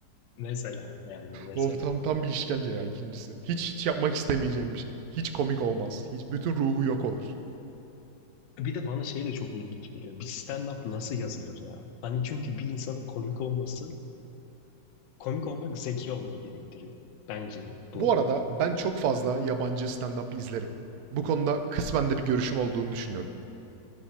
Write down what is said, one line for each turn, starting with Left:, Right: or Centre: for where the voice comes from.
Left: Mesela yani mesela.
Right: Of tam tam bir işkence ya ikincisi. Hiç hiç yapmak istemeyeceğim bir şey. Hiç komik olmaz. Hiç bütün ruhu yok olur.
Left: Bir de bana şey de çok ilginç geliyor. Bir stand-up nasıl yazılır ya? Hani çünkü bir insanın komik olması, komik olmak zeki olmayı gerektiriyor. Bence
Right: Bu
Left: bu.
Right: arada ben çok fazla yabancı stand-up izlerim. Bu konuda kısmen de bir görüşüm olduğunu düşünüyorum.